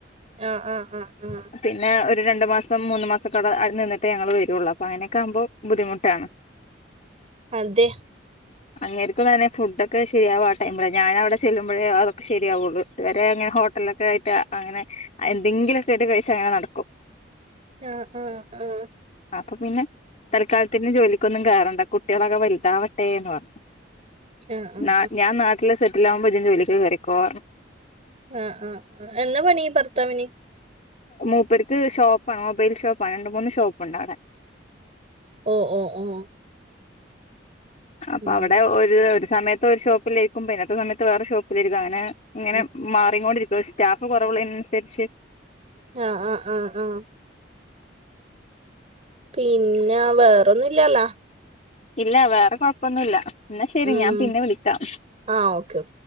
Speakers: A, on the right (about 35°); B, on the left (about 40°).
A: ആ ആഹ് ആഹ് ആഹ്
B: പിന്നെ ഒരു രണ്ടു മാസം മൂന്ന് മാസം ഒക്കെ അട നിന്നിട്ടേ ഞങ്ങൾ വരുള്ളൂ അപ്പൊ അങ്ങനൊക്കെ ആകുമ്പം ബുദ്ധിമുട്ടാണ്
A: അതെ
B: അങ്ങേരിക്കും തന്നെ ഫുഡ് ഒക്കെ ശരിയാവ ആ ടൈമിലാ ഞാനവിടെ ചെല്ലുമ്പഴേ അതൊക്കെ ശരിയാവുള്ളൂ ഇതുവരെ അങ്ങനെ ഹോട്ടിലൊക്കെ ആയിട്ട് അങ്ങനെ എന്തെങ്കിലൊക്കെ ആയിട്ട് കഴിച്ച് അങ്ങനെ നട
A: അ ആ ആ ആ
B: ആ അപ്പൊ പിന്നെ തൽക്കാലത്തിന് ജോലിക്കൊന്നും കേയറണ്ട കുട്ടികളൊക്കെ വലുതാവട്ടെ എന്ന് പറഞ്ഞു
A: ആ ആ
B: ന ഞാൻ നാട്ടിലെ സെ റ്റിലാവുമ്പോ ഇജു ജോലിക്ക് കേറിക്കോ പറഞ്ഞു
A: ആ ആഹ് ആ എന്നാ പണി ഭർത്താവിന്
B: മൂപ്പേർക്ക് ഷോപ്പാണ് മൊബൈൽ ഷോപ്പണ് രണ്ട് മൂന്ന് ഷോപ്പുണ്ട് അവിടെ
A: ഓ ഓ ഓ
B: അപ്പൊ
A: ഉം
B: അവിടെ ഒരു ഒരു സമയത്ത് ഒരു ഷോപ്പേക്കുമ്പോ പിന്നത്തെ സമയത്ത് വേറെ ഷോപ്പിലരിക്കും അങ്ങനെ ഇങ്ങനെ
A: ഉം
B: മാറികൊണ്ടിരി ഇപ്പൊ സ്റ്റാഫ് കൊറവുള്ളനനുസരിച്ച്
A: ആ ആ ആഹ് ആ പിന്നെ വേറൊന്നുംല്ലല്ലാ
B: ഇല്ല വേറെ കൊഴപ്പൊന്നുല്ല എന്നാ ശെരി
A: ഉം
B: ഞാൻ പിന്നെ വിളിക്കാം
A: ആഹ് ഓക്കെ ഓക്കെ